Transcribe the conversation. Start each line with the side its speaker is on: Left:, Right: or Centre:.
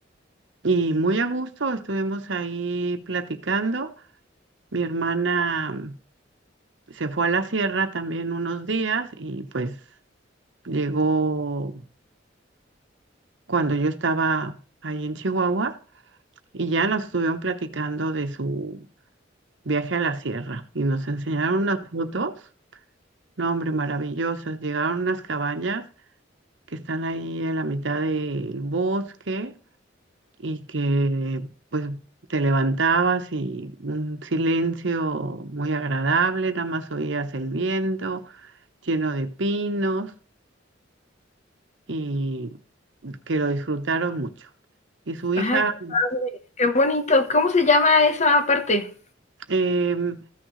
Right: y muy a gusto estuvimos ahí platicando. Mi hermana mm, se fue a la sierra también unos días y pues llegó cuando yo estaba ahí en Chihuahua y ya nos estuvieron platicando de su viaje a la sierra y nos enseñaron unas fotos. No, hombre, maravillosas. Llegaron unas cabañas que están ahí en la mitad del bosque y que pues te levantabas y un silencio muy agradable, nada más oías el viento lleno de pinos y que lo disfrutaron mucho. Y su hija
Left: Ajá, qué padre, qué bonito. ¿Cómo se llama esa parte?
Right: Em,